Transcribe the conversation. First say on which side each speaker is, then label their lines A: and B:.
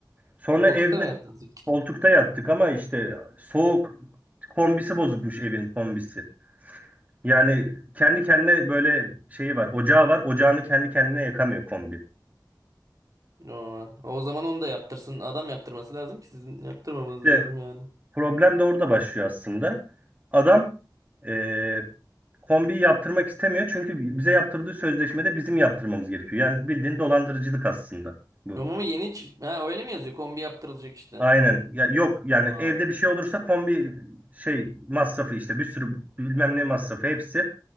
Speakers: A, on the right (about 20°); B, on the right (about 50°).
A: Sonra
B: Koltukta
A: evde
B: mı yattınız?
A: Koltukta yattık ama işte soğuk kombisi bozukmuş evin kombisi. Yani kendi kendine böyle şeyi var, ocağı var. Ocağını kendi kendine yakamıyor kombi.
B: Aa, o zaman onu da yaptırsın. Adam yaptırması lazım ki sizin yaptırmamanız
A: İşte
B: lazım yani.
A: problem de orada başlıyor aslında. Adam eee kombiyi yaptırmak istemiyor çünkü bize yaptırdığı sözleşmede bizim yaptırmamız gerekiyor. Yani bildiğin dolandırıcılık aslında bu.
B: Romama yeni çık... Ha öyle mi yazıyor? Kombi yaptırılacak işte.
A: Aynen. Ya yok yani
B: Aa.
A: evde bir şey olursa kombi şey masrafı işte bir sürü bilmem ne masrafı hepsi